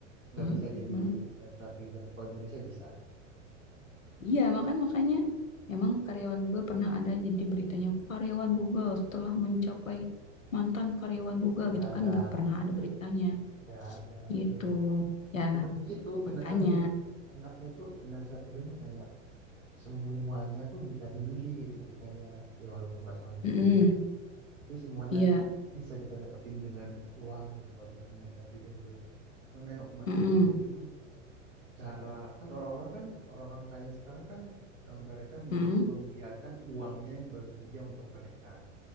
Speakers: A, on the right; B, on the left.
A: nggak
B: Mm-mm.
A: bisa jadi financial freedom. Kalau di Indonesia bisa.
B: Iya, makan makanya memang karyawan Google pernah ada jadi beritanya karyawan Google setelah mencapai mantan karyawan Google
A: Nggak
B: gitu
A: ada,
B: kan nggak pernah ada beritanya
A: nggak ada
B: gitu.
A: emang.
B: Ya,
A: Cuman gitu financial
B: makanya.
A: freedom tuh enaknya tuh financial freedom tuh kayak semuanya tuh bisa dibeli gitu Ci. kayak ya walaupun nggak semuanya bisa
B: Mm-mm.
A: dibeli ya tapi semuanya
B: Iya.
A: tuh bisa kita dapetin dengan uang gitu kalau ada financial freedom tuh mana yang aku masih
B: Mm-mm.
A: bingungin cara kan orang-orang kan orang-orang kaya sekarang kan eh, mereka mem-
B: Mm-mm.
A: membiarkan uangnya yang bekerja untuk mereka